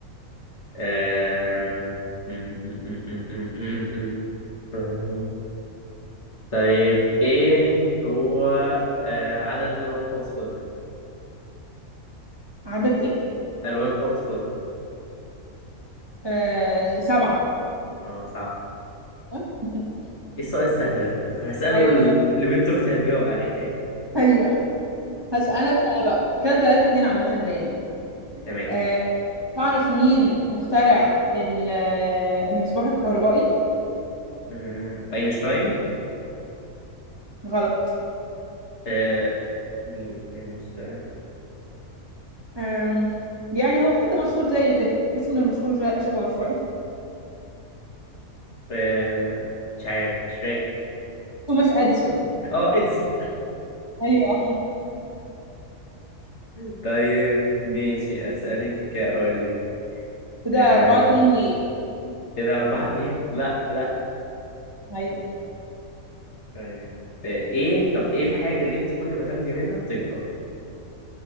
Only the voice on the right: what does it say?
عدد إيه؟
آه سبعة
<laughs>
أيوه
أيوه هسألك أنا بقى كده تلاتة اتنين عامة ليا
آه تعرف مين مخترع ال- آه، المصباح الكهربائي؟
غلط
آم، يعني هو حد مشهور زيه كده اسمه مشهور شبهه شوية <laughs>
توماس أديسون
ايوه
<laughs> ده
4 2 ليه
ايوه